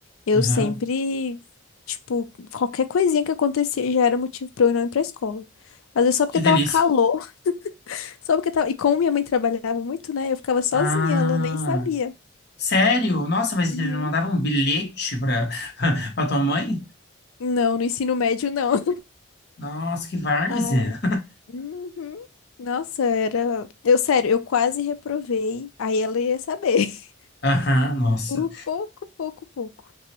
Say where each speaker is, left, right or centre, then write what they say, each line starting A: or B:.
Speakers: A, on the left; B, on the left.
A: Eu
B: Aham.
A: sempre, tipo, qualquer coisinha que acontecia já era motivo pra eu não ir pra escola. Às vezes só porque
B: Que delícia.
A: tava calor. Só porque tava... E como minha mãe trabalhava muito, né? Eu ficava sozinha,
B: Ah,
A: ela nem sabia.
B: sério? Nossa, mas
A: Uhum.
B: eles não mandavam um bilhete pra, <laughs> pra tua mãe?
A: Não, no ensino médio não. <laughs>
B: Nossa, que várzea.
A: Ah, é. Uhum. nossa, era. Eu, sério, eu quase reprovei. Aí ela ia saber.
B: <laughs> Aham, nossa.
A: <laughs> Por pouco, pouco, pouco.